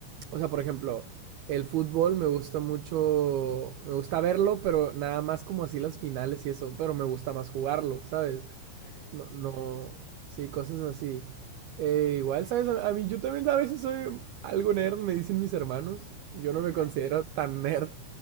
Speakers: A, on the right (about 75°); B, on the left (about 55°).
A: o sea, por ejemplo, el fútbol me gusta mucho, me gusta verlo, pero nada más como así las finales y eso, pero me gusta más jugarlo, ¿sabes?
B: Ah,
A: No,
B: súper,
A: no,
B: sí.
A: sí, cosas así. Eh, igual, ¿sabes? A, a mí yo también a veces soy algo nerd, me dicen mis hermanos. Yo
B: Ajá.
A: no me considero tan nerd.